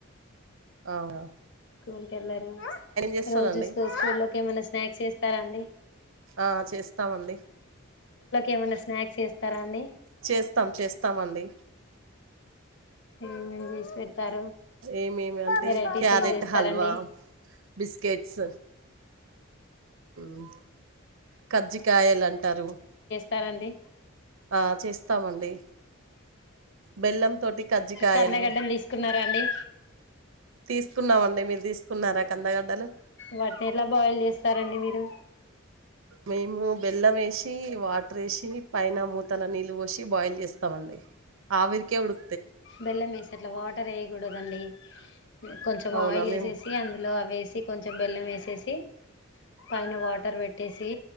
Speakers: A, on the right; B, on the left.
A: అవున
B: స్కూల్ ఎళ్లరు
A: చేస్తాడండి?
B: రోజు స్కూ స్కూల్ లోకి ఏమన్నా స్నాక్స్ చేస్తారా అండి
A: ఆ చేస్తామండి
B: ఏమైన్నా స్నాక్స్ చేస్తారా అండి
A: చేస్తాం చేస్తాం అండి
B: ఏమేం చేసి పెడతారు
A: ఏమేమి అంటే
B: వెరైటీస్
A: క్యారెట్
B: ఏం చేస్తారండి
A: హల్వా, బిస్కెట్స్ మ్ కజ్జికాయలు అంటారు
B: తారండి
A: ఆ చేస్తామండి బెల్లంతోటి కజ్జికాయలు
B: కందగడ్డలు తీసుకున్నారా అండి
A: తీసుకున్నామండి మీరు తీసుకున్నారా కందగడ్డలు
B: వాటిని ఎలా బాయిల్ చేస్తారండి మీరు
A: మేము బెల్లం వేషి వాటర్ వేషి పైన మూతల నీళ్ళు పోసి బాయిల్ చేస్తామండి ఆవిరికే ఉడు
B: బెల్లం ఎసి అట్లా వాటర్ వేయకూడదండి కొంచెం
A: అవునా
B: ఆయిల్
A: మేము
B: ఎసేసి అందులో అ వేసి కొంచెం బెల్లం ఎసేసి పైన వాటర్ పెట్టేసి